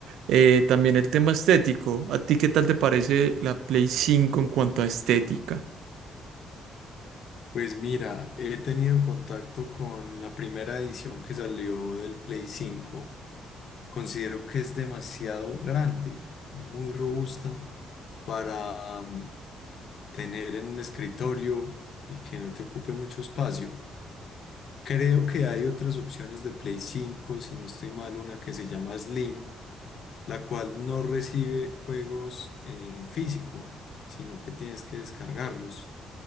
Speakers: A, on the right; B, on the left.
A: eh, también el tema estético. ¿A ti qué tal te parece la Play cinco en cuanto a estética?
B: Pues mira, he tenido contacto con la primera edición que salió del Play 5. Considero que es demasiado grande y muy robusta para mm, tener en un escritorio y que no te ocupe mucho espacio. Creo que hay otras opciones de Play cinco si no estoy mal, una que se llama Slim, la cual no recibe juegos eh, en físico, sino que tienes que descargarlos.